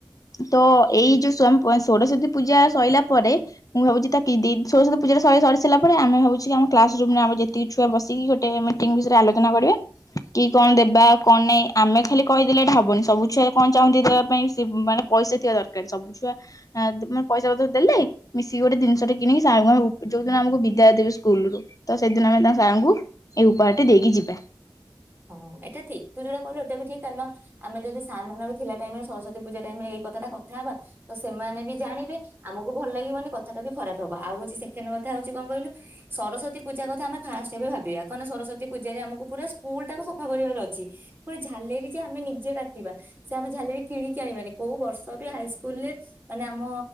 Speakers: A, on the left; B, on the right.
A: ତ ଏଇ ଯୋଉ ସୋମ୍ ପୁଅଁ ସୋଡ଼ସ୍ଵତୀ ପୂଜା ସଇଲା ପରେ ମୁଁ ଭାବୁଚି ତା କି ଦି ସୋରସ୍ବତୀ ପୂଜାଟା ସଏ ସରି ସାଇଲା ପରେ ଆମେ ଭାବୁଚୁ କି ଆମ କ୍ଲାସ ରୁମ୍ ରେ ଆମ ଯେତିକି ଛୁଆ ବସିକି ଗୋଟେ ମିଟିଂ ବିଷରେ ଆଲୋଚନା କରିବେ। କି କଣ ଦେବା କଣ ନାଇଁ ଆମେ ଖାଲି କହିଦେଲେ ଏଟା ହବନି ସବୁ ଛୁଆ କଣ ଚାହୁଁନ୍ତି ଦେବା ପାଇଁ ସେ ମାନେ ପଇସା ଥିବା ଦରକାର ସବୁ ଛୁଆ ଅଁ ତୁମ ପଇସା ପତର ଦେଲେ ମିଶିକି ଗୋଟେ ଦିନଷଟେ କିଣିକି ସାର୍ ଙ୍କୁ ଆମେ ଉ ଯୋଉ ଦିନ ଆମୁକୁ ବିଦାୟ ଦେବେ ସ୍କୁଲ୍ ରୁ ତ ସେଦିନ ଆମେ ତାଙ୍କ ସାର୍ ଙ୍କୁ ଏ ଉପାୟଟି ଦେଇକି ଯିବେ।
B: ହଁ ଏଟା ଥିକ୍ ତୁ ଯୋଉଟା କହିଲୁ ଏଟା ବି ଠିକ୍ କାରନ ଆମେ ଯଦି ସାନ ଥିଲା ଟାଇମ୍ ରେ ସରସ୍ଵତୀ ପୂଜା ଟାଇମ୍ ରେ ଏଇ କଥାଟା କଥା ହବା ତ ସେମାନେ ବି ଜାଣିବେ ଆମୁକୁ ଭଲ ଲାଗିବନି କଥାଟା ବି ଖରାପ ହବ ଆଉ ହୋଉଚି ସେଖେଣ୍ଡ୍ କଥା ହୋଉଚି କଁ କହିଲୁ ସରସ୍ୱତୀ ପୂଜା କଥା ଆମେ ଫାଷ୍ଟେ ଏବେ ଭାବିବା କ ନା ସରସ୍ଵତୀ ପୂଜାରେ ଆମୁକୁ ପୁରା ପୁଲ୍ ଟାକୁ ସଫା କରିବାର ଅଛି ପୁଣି ଝାଲେରି ଯେ ଆମେ ନିଜେ କାଟିବା। ସେ ଆମେ ଝାଲେରି କିଣିକି ଆଣିବାନି କୋଉ ବର୍ଷ ବି ହାଇସ୍କୁଲ୍ ରେ ମାନେ ଆମ